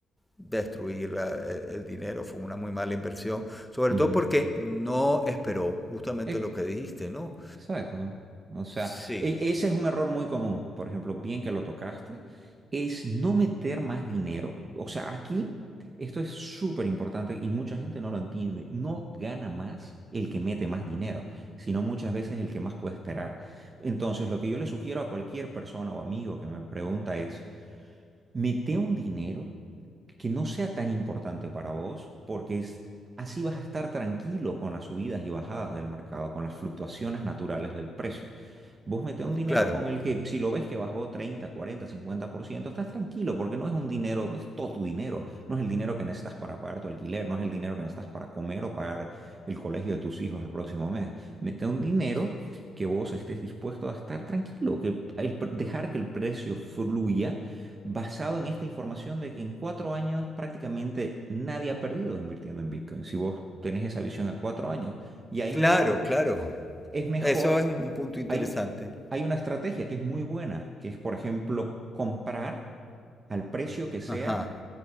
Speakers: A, in the centre; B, on the right.
A: destruir la- e- el dinero. Fue una muy mala inversión. Sobre
B: Ujú.
A: todo porque no esperó justamente
B: Eh,
A: lo que dijiste, ¿no?
B: Exacto. O sea,
A: Sí,
B: e-
A: sí.
B: ese es un error muy común. Por ejemplo, bien que lo tocaste, es no meter más dinero. O sea, aquí esto es súper importante y mucha gente no lo entiende. No gana más el que mete más dinero, sino muchas veces el que más puede esperar. Entonces, lo que yo le sugiero a cualquier persona o amigo que me pregunta es, Mete un dinero que no sea tan importante para vos, porque es- así vas a estar tranquilo con las subidas y bajadas del mercado, con las fluctuaciones naturales del precio. Vos metés un dinero
A: Claro,
B: con el que, si lo ves que bajó treinta cuarenta cincuenta por ciento estás tranquilo porque no es un dinero, no es todo tu dinero, no es el dinero que necesitas para pagar tu alquiler, no es el dinero que necesitas para comer o pagar el colegio de tus hijos el próximo mes. Mete un dinero que vos estés dispuesto a estar tranquilo, que el pre- dejar que el precio fluya basado en esta información de que en cuatro años prácticamente nadie ha perdido invirtiendo en Bitcoin. Si vos tenés esa visión a cuatro años, y ahí
A: claro,
B: me voy.
A: claro.
B: Es mejor
A: Eso es un, un punto interesante.
B: hay, u- hay una estrategia que es muy buena, que es, por ejemplo, comprar al precio que sea
A: Ajá,